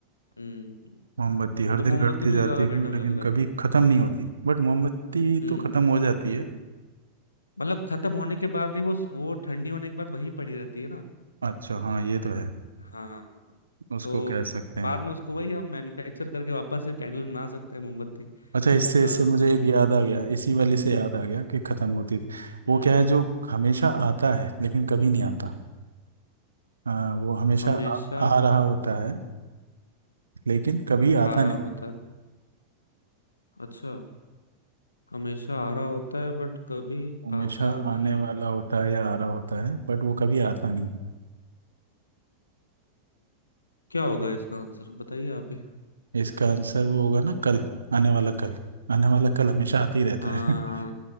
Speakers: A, on the left; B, on the right.
A: हम्म
B: मोमबत्ती हर
A: तो मोमबत्ती
B: दिन घटती
A: मुझे
B: जाती
A: ज्यादा
B: है
A: बेटर
B: लेकिन
A: लग रहा
B: कभी
A: है
B: ख़त्म नहीं होती बट मोमबत्ती
A: हम्म
B: तो ख़त्म हो जाती है
A: मतलब खत्म होने के बाद भी वो वो ठंडी होने के बाद वहीं पड़ी रहती है ना
B: अच्छा हाँ ये तो है
A: हाँ
B: उसको
A: तो
B: कह सकते हैं
A: बाद में उसको वही हम मैन्युफैक्चर करके वापस से कैंडल बना सकते हैं मोमबत्ती
B: अच्छा इससे
A: अ,
B: इससे मुझे एक
A: मोमबत्ती
B: याद आ गया इसी वाले से याद आ गया कि ख़त्म होती
A: हम्म
B: वो क्या है जो हमेशा आता है लेकिन कभी नहीं आता आ, वो हमेशा
A: हमेशा
B: आ, आ रहा होता है लेकिन कभी आता
A: आ रहा
B: नहीं
A: होता है अच्छा हमेशा आ रहा होता है बट कभी
B: हमेशा
A: आता
B: आने
A: नहीं
B: वाला होता है या आ रहा होता है बट वो कभी आता नहीं
A: क्या होगा इसका आंसर बताइए आप ही
B: इसका आंसर वो होगा ना कल आने वाला कल आने वाला कल हमेशा आते ही रहता
A: हाँ
B: है <laughs>